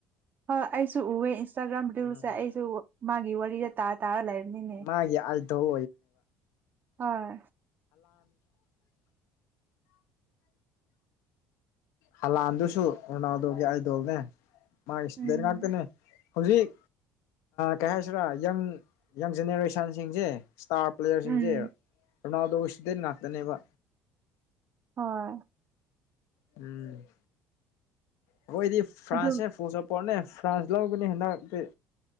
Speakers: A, on the right; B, on the left.
A: ꯍꯣꯏ ꯑꯩꯁꯨ ꯎꯑꯦ ꯏꯟꯁꯇꯥꯒ꯭ꯔꯥꯝ ꯔꯤꯜꯁꯁꯦ
B: ꯎꯝ
A: ꯑꯩꯁꯨ ꯃꯥꯒꯤ ꯋꯥꯔꯤꯗ ꯇꯥ ꯇꯥ ꯂꯩꯥꯏꯅꯤꯅꯦ
B: ꯃꯥꯒꯤ ꯑꯥꯏꯗꯣꯜ
A: ꯍꯣꯏ
B: ꯍꯥꯂꯥꯟ ꯂꯥꯟꯗꯨꯁꯨ ꯑꯣꯅꯥꯎꯗꯧꯒꯦ ꯑꯩꯗꯧꯅꯦ ꯃꯥꯒꯤ
A: ꯎꯝ
B: ꯗ ꯉꯥꯛꯇꯅꯦ ꯍꯧꯖꯤꯛ ꯀꯩ ꯍꯥꯏꯁꯤꯔꯥ ꯌꯪ ꯌꯪ ꯖꯦꯅꯦꯔꯦꯁꯟꯁꯤꯡꯁꯦ ꯏꯁꯇꯥꯔ ꯄ꯭ꯂꯦꯌꯔꯁꯤꯡꯁꯦ
A: ꯎꯝ
B: ꯑꯗꯨꯅꯥꯎꯗꯣꯁꯤꯗ ꯉꯥꯛꯇꯅꯦꯕ
A: ꯍꯣꯏ
B: ꯎꯝ ꯑꯩꯈꯣꯏꯗꯤ ꯐ꯭ꯔꯥꯟꯁꯁꯦ
A: ꯑꯗꯨ
B: ꯄꯨꯨꯁꯄꯣꯔꯠꯅꯦ ꯐ꯭ꯔꯥꯟꯁ ꯂꯧꯒꯅꯤ ꯍꯟꯗꯛꯇꯤ